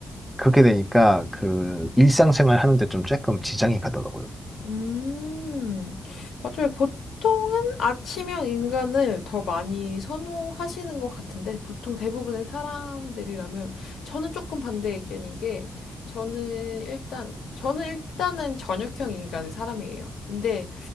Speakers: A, in the centre; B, on the left (about 80°).
A: 그렇게 되니까 그 일상생활 하는데 좀 조금 지장이 가더라고요.
B: 음, 맞아요. 보통은 아침형 인간을 더 많이 선호하시는 것 같은데, 보통 대부분의 사람들이라면, 저는 조금 반대 의견인 게, 저는 일단, 저는 일단은 저녁형 인간의 사람이에요. 근데